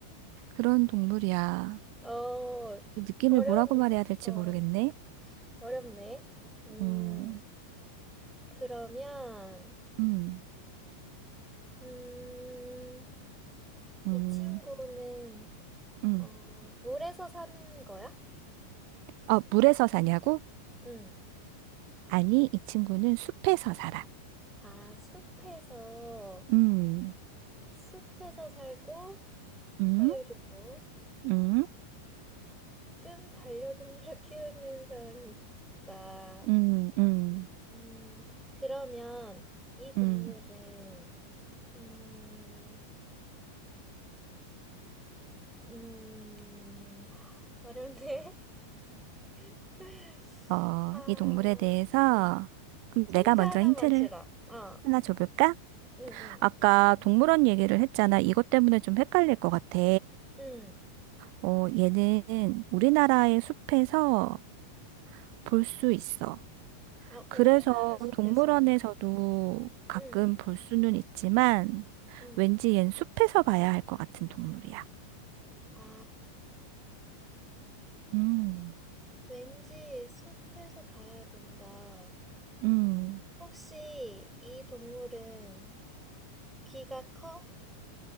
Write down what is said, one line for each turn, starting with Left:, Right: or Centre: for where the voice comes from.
Right: 그런 동물이야.
Centre: 어,
Right: 이 느낌을
Centre: 어려운,
Right: 뭐라고 말해야 될지
Centre: 어,
Right: 모르겠네.
Centre: 어렵네. 음,
Right: 음,
Centre: 그러면,
Right: 음,
Centre: 음,
Right: 음,
Centre: 이 친구는,
Right: 음.
Centre: 어, 물에서 사는 거야?
Right: 어, 물에서 사냐고?
Centre: 응.
Right: 아니, 이 친구는 숲에서 살아.
Centre: 아, 숲에서,
Right: 음,
Centre: 숲에서 살고,
Right: 음.
Centre: 포유류고.
Right: 음?
Centre: 가끔 반려동물을 <laughs> 키우는 사람이 있다.
Right: 음, 음,
Centre: 음, 그러면 이 동물은,
Right: 음.
Centre: 음, 음, 어렵네. <laughs>
Right: 어,
Centre: 아,
Right: 이 동물에 대해서
Centre: 음.
Right: 그럼
Centre: 힌트
Right: 내가 먼저
Centre: 하나만
Right: 힌트를
Centre: 주라. 아,
Right: 하나 줘볼까?
Centre: 응, 응,
Right: 아까 동물원 얘기를 했잖아. 이것 때문에 좀 헷갈릴 것 같아.
Centre: 응.
Right: 어, 얘는 우리나라의 숲에서 볼 수 있어.
Centre: 아, 우리나라
Right: 그래서
Centre: 숲에서,
Right: 동물원에서도 가끔
Centre: 응,
Right: 볼 수는 있지만
Centre: 응.
Right: 왠지 얜 숲에서 봐야 할 것 같은 동물이야.
Centre: 아,
Right: 음,
Centre: 왠지 숲에서 봐야 된다.
Right: 음.
Centre: 혹시 이 동물은 귀가 커?